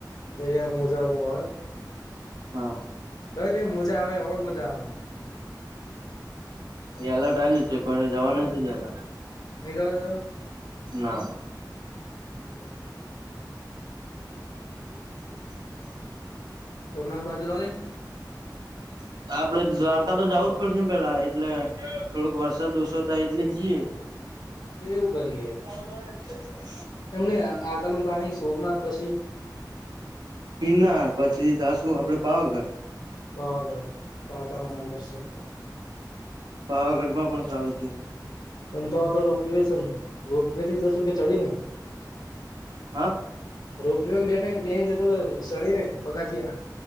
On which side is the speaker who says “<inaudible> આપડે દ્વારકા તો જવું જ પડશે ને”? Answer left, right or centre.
Right